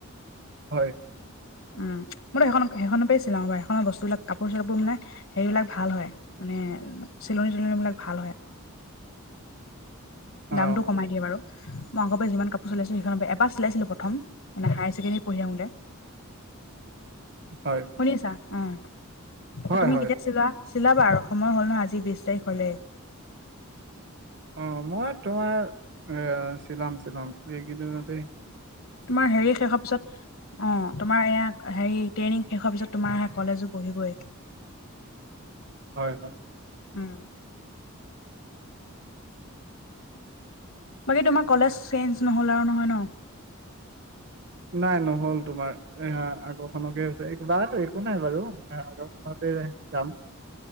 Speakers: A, on the right; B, on the left.
A: উম
B: উম মইতো সেইখন-সেইখনৰ পৰাই চিলাই বা। সেইখনৰ বস্তুবিলাক কাপোৰ চাপোৰ মানে সেইবিলাক ভাল হয় মানে চিলনি টিলনি বিলাক ভাল হয়।
A: অ
B: দামটো কমাই দিয়ে বাৰু। মই আগৰ পৰা যিমান কাপোৰ চিলাইছো সেইখনৰ পৰা, এবাৰ চিলাইছিলো প্ৰথম মানে হায়াৰ ছেকেণ্ডাৰীত পঢ়ি থাকোঁতে।
A: হয়।
B: শুনিছা উম
A: হয়
B: তুমি
A: হয়
B: কেতিয়া চিলোৱা চিলাবা আৰু সময় হ'ল নহয় আজি বিশ তাৰিখ হ'লেই।
A: অ' মই তোমাৰ আ চিলাম চিলাম এই কেইদিনতে
B: তোমাৰ হেৰি শেষ হোৱা পিছত অ' তোমাৰ এয়া হেৰি ট্ৰেইনিং শেষ হোৱাৰ পিছত তোমাৰ কলেজো পঢ়িবই।
A: হয়
B: <inaudible> বাকী তোমাৰ কলেজ চেঞ্জ নহ'ল আৰু নহয় ন'।
A: নাই নহ'ল তোমাৰ? আ আগৰখনকে হৈছে বা একো নাই বাৰু আগৰখনতে যাম।